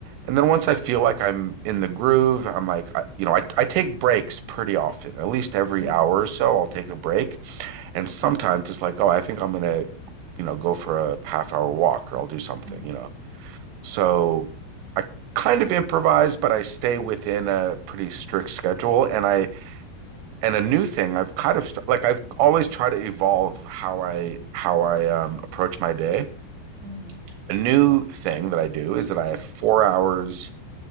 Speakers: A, on the right; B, on the right.
A: And then once I feel like I'm in the groove, I'm like, I, you know, I, I take breaks pretty often, at least every
B: hmm
A: hour or so, I'll take a break. And sometimes it's like, oh, I think I'm gonna, you know, go for a half hour walk or I'll do something,
B: hmm
A: you know. So I kind of improvise, but I stay within a pretty strict schedule and I and a new thing i've kind of st- like i've always tried to evolve how i how i um, approach my day
B: hmm
A: a new thing that i do is that i have four hours